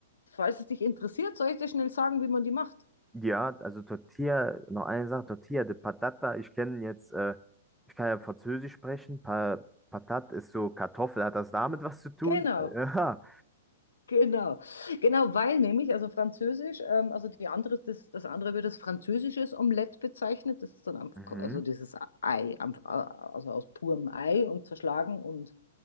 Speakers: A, on the left; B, in the centre.
A: falls es dich interessiert, soll ich dir schnell sagen, wie man die macht.
B: <laughs> ja, also Tortilla, noch eine Sache, Tortilla de Patata, ich kenne jetzt, äh, ich kann ja Französisch sprechen, pa Patat ist so Kartoffel, hat das damit was zu tun?
A: Genau.
B: <laughs> Ja.
A: Genau, genau, weil nämlich, also Französisch, ähm, also die andere, das, das andere wird als französisches Omelett bezeichnet. Das ist dann einfach,
B: Mhm.
A: also dieses Ei, einfach, äh, also aus purem Ei und zerschlagen und